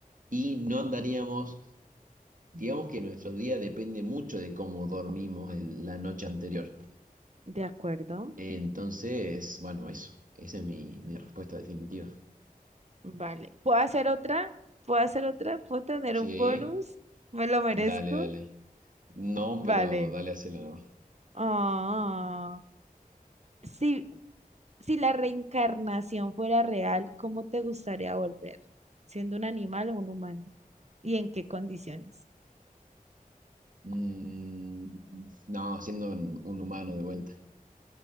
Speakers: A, on the right (about 65°); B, on the right (about 50°).
A: y no andaríamos... Digamos que nuestro día depende mucho de cómo dormimos el- la noche anterior.
B: De acuerdo.
A: Entonces, bueno, eso. Esa es mi, mi respuesta definitiva.
B: Vale. ¿Puedo hacer otra? ¿Puedo hacer otra? ¿Puedo tener
A: Sí,
B: un bonus? ¿Me lo merezco?
A: dale, dale. No,
B: Vale.
A: pero dale, hacelo nomás.
B: Ah, Si, si la reencarnación fuera real, ¿cómo te gustaría volver? ¿Siendo un animal o un humano? ¿Y en qué condiciones?
A: Mm, no, siendo un, un humano de vuelta.